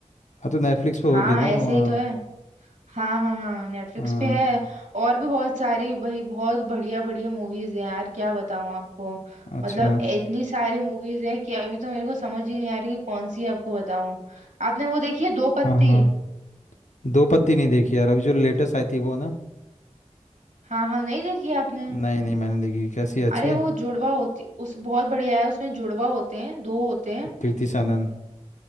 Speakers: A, on the left; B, on the right.
A: हाँ तो नेटफ्लिक्स पे होगी
B: हाँ
A: ना
B: ऐसे
A: वो हाँ
B: ही तो है हाँ हाँ हाँ नेटफ्लिक्स
A: हाँ,
B: पे है और भी बहुत सारी भाई बहुत बढ़िया बढ़िया मूवीज है यार क्या बताऊँ आपको
A: अच्छा
B: मतलब इतनी सारी मूवीज है कि अभी तो मेरे को समझ ही नहीं आ रही कि कौन सी आपको बताऊँ आपने वो देखी है दो पत्ती
A: हाँ हाँ दो पत्ती नहीं देखी यार अभी जो लेटेस्ट आई थी वो ना
B: हाँ हाँ नहीं देखी आपने
A: नहीं नहीं मैंने देखी कैसी है? अच्छी
B: अरे
A: है
B: वो जुड़वा होती उस बहुत बढ़िया है उसमें जुड़वा होते हैं दो होते हैं
A: कृति सानन